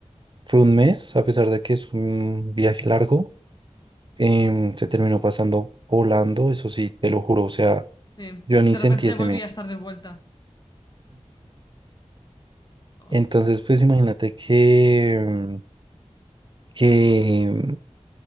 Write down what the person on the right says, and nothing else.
fue un mes, a pesar de que es un viaje largo, em, se terminó pasando volando, eso sí, te lo juro, o sea.
Yo ni
sentí
ese
mes.
Entonces, pues imagínate que, mm, que,